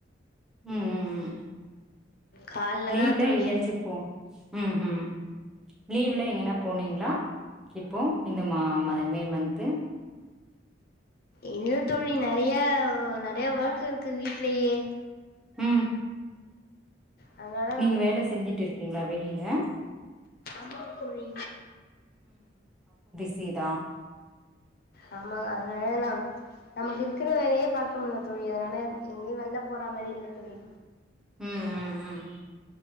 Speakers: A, in the centre; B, on the left (about 55°).
A: ம் ம் ம்
B: கால்ல
A: லீவ்ல
B: தா தோழி
A: எங்கயாச்சுப்போ ம் ம் லீவ்ல எங்கன போனீங்களா இப்போ இந்த மா மே மன்து
B: இல்ல தோழி நெறைய நெறைய ஒர்க் இருக்கு வீட்லயே
A: ம்
B: அதனால
A: நீங்க வேல செஞ்சுட்டு இருக்கீங்களா வெளிய ல
B: ஆமா தோழி
A: சீதா
B: ஆ ஆமா அதனால நா நமக்கு இருக்கிற வேலயே பாக்க முடில தோழி அதனால எங்கயு வெள்ல போறா மாரி இல்ல தோழி
A: ம் ம் ம்